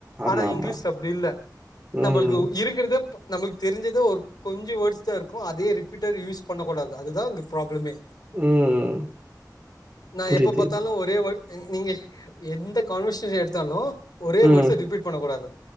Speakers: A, on the right (about 25°); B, on the left (about 80°).
A: ஆமா,
B: ஆனா
A: ஆமா.
B: இங்கிலீஷ்ல அப்டி இல்ல நம்மளுக்கு
A: ம்,
B: இருக்கிறதே ப நம்மளுக்கு தெரிஞ்சது ஒரு கொஞ்ச வேர்ட்ஸ் தா இருக்கும் அதே ரீபீட்டர் யூஸ் பண்ணக்கூடாது அது தா அங்க ப்ராப்ளமே
A: ம்.
B: நா
A: புரியுது.
B: எப்ப பாத்தாலு ஒரே வேர்ட் நீங்க எந்த கான்வர்சேஷன் எடுத்தாலு ஒரே
A: ம்,
B: வேர்ட்ஸ்ஸ ரீபீட் பண்ணக்க கூடாது